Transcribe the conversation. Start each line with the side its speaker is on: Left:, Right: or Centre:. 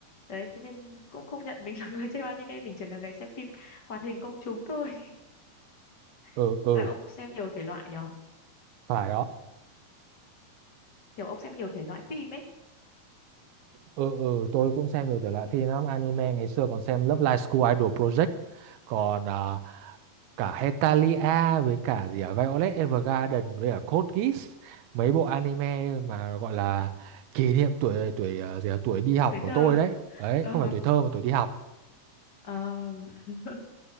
Left: đấy thế nên cũng không nhận mình là người xem anime mình chỉ là người xem phim hoạt hình công chúng thôi
Right: ừ
Left: <laughs>
Right: ừ
Left: là ông xem nhiều thể loại nhở
Right: phải rồi.
Left: kiểu ông xem nhiều thể loại phim ấy
Right: Ừ, ừ, tôi cũng xem nhiều thể loại phim lắm anime ngày xưa còn xem Love Live School Idol Project còn à, cả Hetalia với cả gì à, Violet Evergarden với cả Code Geass mấy bộ anime mà gọi là kỷ niệm tuổi tuổi à, gì à, tuổi đi học
Left: tuổi
Right: của
Left: thơ
Right: tôi
Left: à?
Right: đấy đấy
Left: ờ
Right: không phải tuổi thơ mà tuổi đi học
Left: ờ <laughs> <laughs>